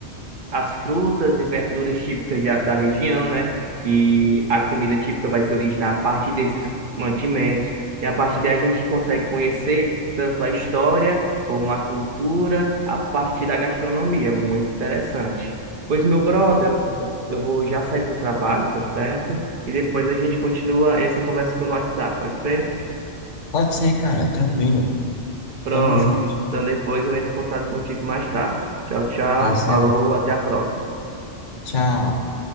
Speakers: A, on the right; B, on the left.
A: as frutas e verduras típicas de- da região, né? Que a comida típica vai se originar a partir desses mantimentos. E a partir daí a gente consegue conhecer tanto a história como a cultura a partir da gastronomia. É Muito interessante. Pois, meu brother, eu vou já sair para o trabalho, tá certo? E depois a gente continua essa conversa pelo WhatsApp, pode ser?
B: pode ser, cara, tranquilo.
A: Pronto.
B: Tamo junto.
A: Então depois eu entro em contato contigo mais tarde. Tchau, tchau.
B: Tá certo.
A: Falou, até a próxima.
B: Tchau.